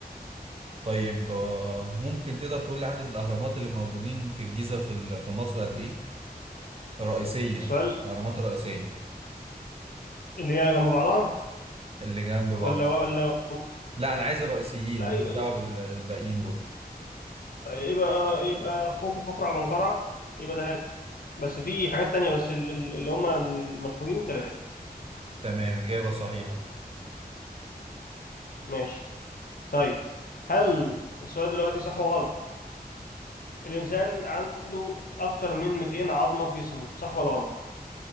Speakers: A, on the right (about 40°); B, on the left (about 60°).
A: طيب آه، ممكن تقدر تقول لي عدد الأهرامات اللي موجودين في الجيزة في ال- في مصر قد إيه؟ الرئيسية
B: السؤال
A: الأهرامات الرئيسية
B: اللي هي جنب بعضها
A: اللي جنب بعض
B: ولا ولا
A: لا انا عايز الرئيسيين
B: لا
A: ماليش
B: يبقى
A: دعوه بالباقيين دول
B: يبقى يبقى خوف وخفرع منقرع يبقى ثلاثة بس في حاجات تانية بس ال- ال- اللي هم المشهورين ثلاثة
A: تمام اجابه صحيحه
B: ماشي طيب هل السؤال دلوقتي صح وغلط الإنسان عنده أكتر من 200 عظمة في جسمه صح ولا غلط